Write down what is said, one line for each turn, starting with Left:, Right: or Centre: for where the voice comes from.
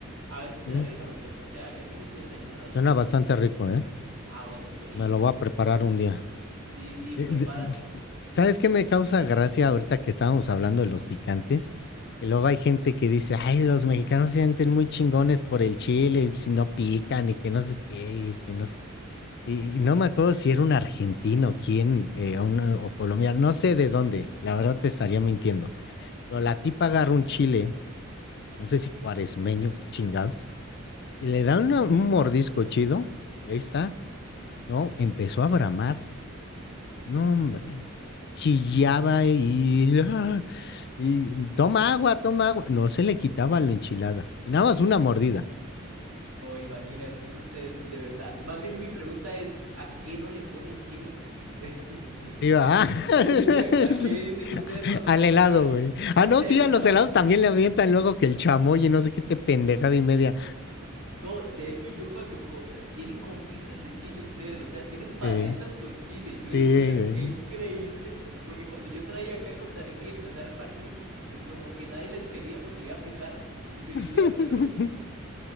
Right: A veces se
Left: ujú.
Right: le agrega
Left: ujú.
Right: los dos, o sea, ese es el desayuno de nosotros.
Left: Suena bastante rico, ¿eh?
Right: Ah, bueno, buenísimo.
Left: Me lo voy a preparar un día.
Right: Sí, sí,
Left: De-
Right: prepáratelo.
Left: de- ¿Sabes qué me causa gracia ahorita que estábamos hablando de los picantes? Que luego hay gente que dice, ay, los mexicanos se sienten muy chingones por el chile, y si no pican y que no sé qué, y que no... sé-". Y, y no me acuerdo si era un argentino, quién, eh, o, una- o colombiano, no sé de dónde, la
Right: Ajá.
Left: verdad te estaría mintiendo. Pero la tipa agarra un chile, no sé si cuaresmeño, qué chingados, y le da una- un mordisco chido, y ahí está, ¿no? Empezó a bramar. No, hombre. Chillaba y, ah, y toma agua, toma agua. No se le quitaba la enchilada. Y nada más una mordida.
Right: No, imagínate es que ustedes de verdad. Más bien mi pregunta es, ¿a qué no le ponen chile? <laughs>
Left: Iba, ah, <laughs>
Right: Sí, sí, ¿a, qué a qué dicen ustedes cuando
Left: al
Right: comen?
Left: helado,
Right: Mira,
Left: güey. Ah,
Right: <laughs>
Left: no,
Right: el
Left: sí, a
Right: helado.
Left: los helados también le avientan luego que el chamoy y no sé qué te pendejada y media.
Right: No, de hecho yo cuando co- eh, tienen confites de chile ustedes, o sea, tienen paletas
Left: Sí,
Right: con chile. Yo
Left: sí,
Right: decía,
Left: güey.
Right: qué increíble, porque cuando yo traía acá a Costa Rica y empecé a repartir, de- como que nadie les quería porque le iba a picar. Y yo decía,
Left: <laughs>
Right: pero